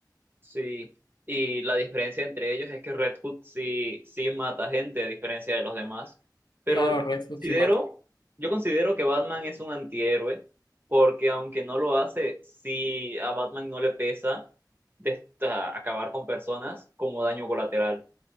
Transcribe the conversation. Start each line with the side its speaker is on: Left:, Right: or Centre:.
Right: Sí, y la diferencia entre ellos es que Red Hood sí, sí mata gente, a diferencia de los demás. Pero
Left: Claro, Red Hood
Right: considero,
Left: sí mata.
Right: yo considero que Batman es un antihéroe, porque aunque no lo hace, sí a Batman no le pesa de esta- acabar con personas como daño colateral.